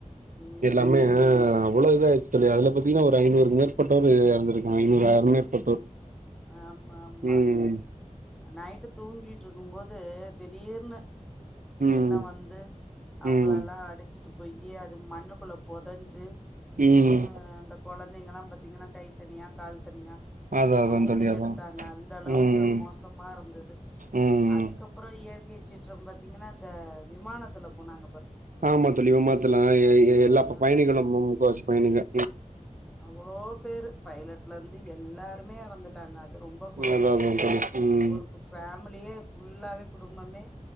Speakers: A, in the centre; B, on the right (about 85°).
A: ம்
B: எல்லாம் <unintelligible> அவ்ளோ இது ஆயிருச்சு தோழி அதுல பாத்தீங்கன்னா ஒரு ஐநூறுக்கு மேற்பட்டோரு எறந்துருக்காங்க ஐநூறு ஆயிரோ மேற்பட்டோர்
A: ஆமா ஆமா
B: ம்
A: நைட்டு தூங்கிட்ருக்கும் போது து திடீர்னு வெள்ளோ
B: ம்
A: வந்து அவங்கள
B: ம்
A: எல்லா அடுச்சுட்டு போயி அது மண்ணுக்குள்ள பொதஞ்சு
B: ம்
A: அதா அந்த கொழந் கொழந்தைங்கல்லா பாத்தீங்கன்னா கை தனியா கால் தனியா
B: அதா அதா
A: தோண்டி
B: தோழி அதா
A: எடுத்தாங்க அந்த அளவுக்கு
B: ம்
A: மோசமா இருந்தது
B: ம்
A: அதுக்கப்புறம் ஏ சீறறம் பாத்தீங்கன்னா இந்த விமானத்துல போனாங்க பாருங்க
B: ஆமா தோழி மாத்தலா ஏ எல்லா
A: ஆ
B: பயணிகளும் மு முக்கவாசி பயணிக
A: அவ்ளோ பேரு பைலட்ல இருந்து எல்லாருமே இறந்துட்டாங்க அது ரொம்ப கொடுமை
B: அதா அதா தோழி ம்
A: ஒருக்கு பேமிலியே ஃபுல்லா பாதி குடும்பமே